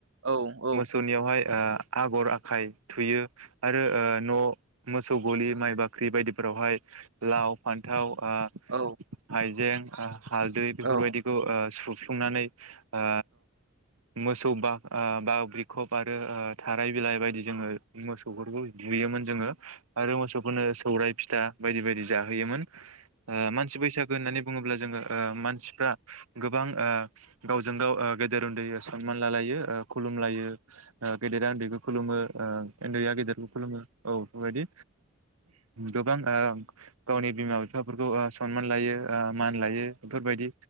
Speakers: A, on the right (about 65°); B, on the right (about 90°).
A: औ
B: मोसौनियावहाय ओ आगर आखाइ थुयो आरो ओ न' मोसौ गलि माइ बा बे बायदिफोरावहाय- लाव फान्थाव ओ
A: औ
B: हाइजें हालदै बेफोरबायदिखौ
A: औ
B: सु संनानै ओ मोसौ बाओ बिखब आरो थाराय बिलाइ बायदि जोङो मोसौफोरखौ दुयोमोन। जोङो आरो मोसौफोरनो सौरायाइ फिथा बायदि बायदि जाहोयोमोन। ओ मानसि बैसागो होननानै बुङोब्ला जोङो ओ मानसिफ्रा गोबां ओ गावजों ओ गाव गेदेर उन्दै सनमान लालायो। ओ खुलुम लायो ओ गेदेरा उन्दैखौ खुलुमो ओ उन्दैआ गेदेरखौ खुलुमो। औ बेबायदि गोबां ओ गावनि बिमा बिफाफोरखौ सनमान लायो ओ मान लायो बेफोरबायदि